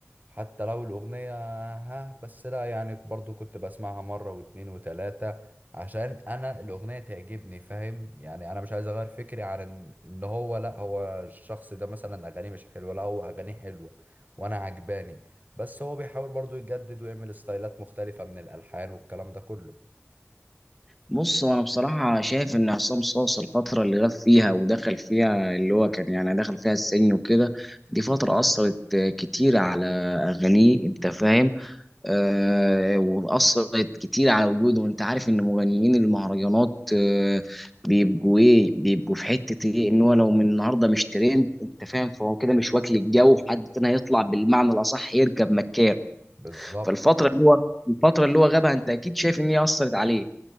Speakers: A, on the right (about 40°); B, in the centre.
A: حتى لو الاغنية ها بس لا يعني برضو كنت بسمعها مرة واتنين وتلاتة عشان انا الاغنية تعجبني فاهم يعني انا مش عايز اغير فكري عن ان إن هو لا هو الشخص ده مثلا اغانيه مش حلوة لا هو اغانيه حلوة وانا عجباني بس هو بيحاول برضو يجدد ويعمل ستايلات مختلفة من الالحان والكلام ده كله
B: بص انا بصراحة شايف ان عصام صاصا الفترة اللي غاب فيها ودخل فيها اللي هو كان يعني دخل فيها السجن وكده دي فترة اثرت كتير على اغانيه انت فاهم آه، واثرت كتير على وجوده وانت عارف ان مغنيين المهرجانات آه، بيبقوا ايه بيبقوا في حته ايه ان هو لو من النهارده مش ترند انت فاهم فهو كده مش واكل الجو حد تاني هيطلع بالمعنى الاصح يركب مكان
A: بالظبط
B: فالفتره اللي هو الفتره اللي هو غابها انت اكيد شايف ان هي اثرت عليه